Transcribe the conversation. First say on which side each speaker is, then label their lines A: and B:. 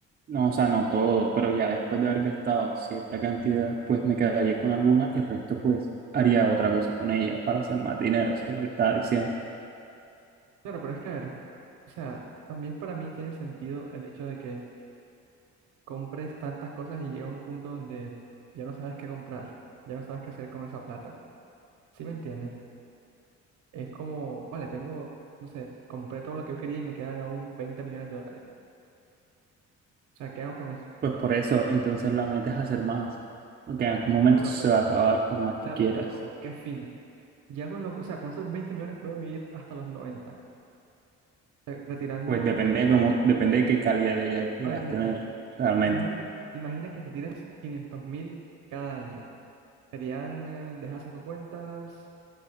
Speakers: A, on the right; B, on the right.
A: No, o sea, no todo, pero ya después de haber gastado cierta cantidad, pues me quedaría con alguna y el resto, pues, haría otra cosa con ella para hacer más dinero. Eso es lo que estaba diciendo.
B: Claro, pero es que, a ver, o sea, también para mí tiene sentido el hecho de que compres tantas cosas y llega un punto donde ya no sabes qué comprar, ya no sabes qué hacer con esa plata. ¿Sí me entiendes? es como, vale, tengo, no sé, compré todo lo que yo quería y me quedan aún 20 millones de dólares. O sea, ¿qué hago con eso?
A: Pues por eso, entonces la meta es hacer más. Porque en algún momento
B: Claro,
A: se
B: pero,
A: va a acabar por más
B: claro,
A: que quieras.
B: pero ¿con qué fin? Ya con lo, o sea, con esos 20 millones puedo vivir hasta los noventa eh, retirando,
A: Pues depende
B: no
A: de
B: sé,
A: cómo, depende de qué calidad de vida quieras
B: a ver, mira,
A: tener
B: mira,
A: realmente.
B: imagina, imagina que retiras 500 mil cada año. Serían, eh, deja saco cuentas,